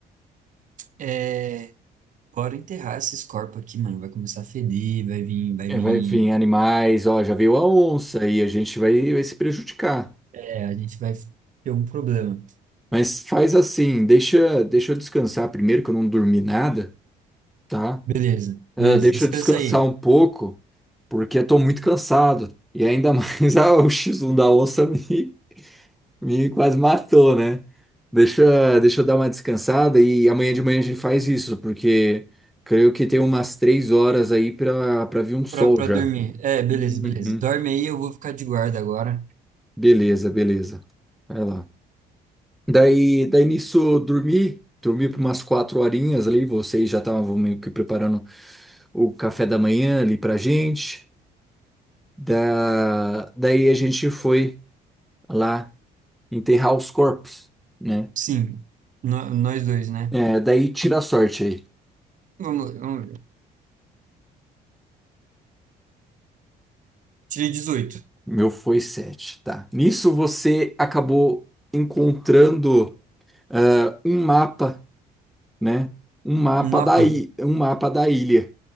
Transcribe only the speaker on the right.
é, bora enterrar esses corpos aqui, mano. Vai começar a feder, vai vir, vai
vir.
É, a gente vai ter um problema.
Beleza,
beleza.
Descansa
aí
pra, pra
dormir. É, beleza,
beleza. Dorme aí, eu vou ficar de guarda agora.
Sim, no- nós dois, né?
Vamos, vamos ver. Tirei dezoito
Um mapa